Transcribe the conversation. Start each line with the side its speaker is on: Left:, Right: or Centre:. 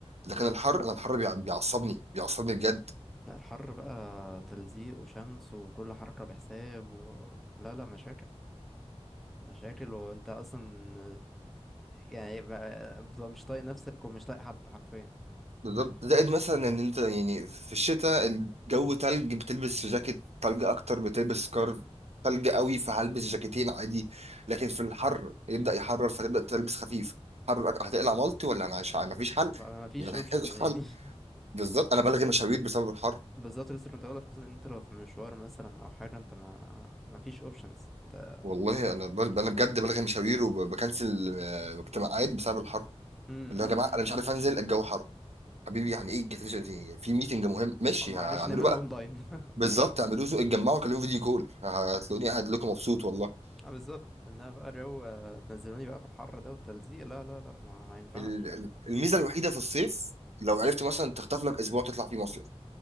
Right: لكن الحر انا الحر بيع- بيعصبني بيعصبني بجد
Centre: لا الحر بقى تلزيق وشمس وكل حركة بحساب و... لا لا مشاكل مشاكل وانت اصلا يعني بقى بتبقى مش طايق نفسك ومش طايق حد حرفيا
Right: بالظبط زائد مثلا ان انت يعني في الشتاء الجو تلج بتلبس في جاكيت تلج اكتر بتلبس سكارف تلج قوي فهلبس جاكيتين عادي لكن في الحر يبدأ يحرر فتبدأ تلبس خفيف حر أك- هتقلع مالتي ولا مش عارف مفيش حل
Centre: ما فيش
Right: <laughs>
Centre: اوبشن
Right: مفيش
Centre: يعني
Right: حل
Centre: <laughs>
Right: بالظبط انا بلغي
Centre: خص-
Right: مشاوير بسبب الحر
Centre: بالظبط لسه كنت هقولك خصوصا ان انت لو في مشوار مثلا او حاجة انت ما ما فيش اوبشنز انت
Right: والله انا بل... انا بجد بلغي مشاوير وبكنسل آه، اجتماعات بسبب الحر
Centre: امم
Right: اللي هو يا جماعه انا مش عارف انزل الجو حر حبيبي يعني ايه الجاكيت في ميتنج مهم ماشي
Centre: معلش
Right: هعمله
Centre: نعمله
Right: بقى
Centre: اونلاين <laughs>
Right: بالظبط اعملوا زو اتجمعوا كلموا فيديو كول هتلاقوني قاعد لكم مبسوط والله
Centre: اه بالظبط انها بقى جو آه، تنزلوني بقى في الحر ده والتلزيق لا لا لا ما, ما ينفعش
Right: ال- ال- الميزه الوحيده في الصيف لو عرفت مثلا تخطف لك اسبوع تطلع فيه مصيف